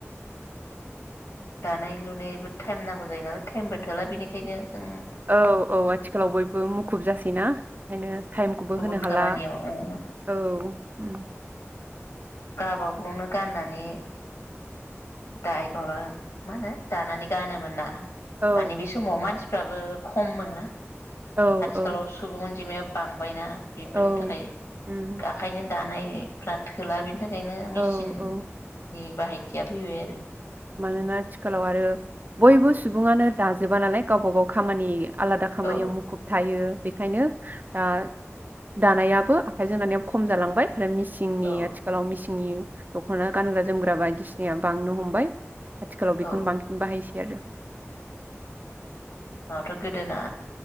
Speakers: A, on the left (about 75°); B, on the right (about 40°).
A: दानाय लुनायबो टाइम नांगौ जायो नालाय टाइमबो थोला। बेनिखायनो जों
B: औ औ आथिखालाव बयबो मुखुब जासैना ओंखायनो टाइमखौबो
A: गुबुन
B: होनो
A: खामानियाव
B: हाला औ उम।
A: गाबागावनो गाननानै दाय माबा मा होनो दानानै गानोमोन ना?
B: औ
A: मानि बे समाव मानसि फ्राबो खम मोनना।
B: औ
A: आथिखालाव
B: औ
A: सुबुंअन्जिमाया बांबायना? बेफोरनि
B: औ
A: थाखाय
B: उम
A: आखाइजों दानायफ्रा थोला बेनिथा खायनो मेसिननि
B: औ औ
A: बाहायथिया फैबाय आरो।
B: ना आथिखालाव आरो बयबो सुबुङानो दाजोबा नालाय गावब गाव खामानि आलादा खामानियाव
A: औ
B: मुखुब थायो। बेखायनो दा दानायाबो आखाइजों दानायाव खम जालांबाय। ओमफ्राय मिसिंनि
A: औ
B: आथिखालाव मिसिंनि दखना गानग्रा जोमग्रा बायदिसिनाया बांनो हमबाय। आथिखालाव बेखौनो
A: औ
B: बांसिन बाहायसै आरो।
A: माथो गोदोना